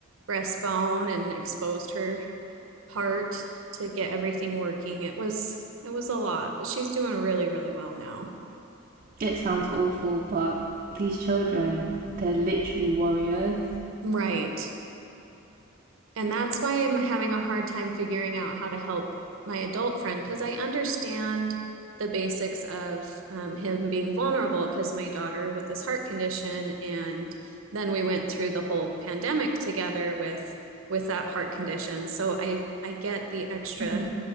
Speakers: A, on the right (about 75°); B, on the right (about 40°).
A: breastbone and exposed her heart to get everything working. It was it was a lot, but she's doing really, really well now.
B: It sounds awful, but these children, they're literally warriors.
A: Right. And that's why I'm having a hard time figuring out how to help my adult friend because I understand the basics of um, him being vulnerable because my daughter with this heart condition, and then we went through the whole pandemic together with with that heart condition. So I I get the extra
B: Mhm.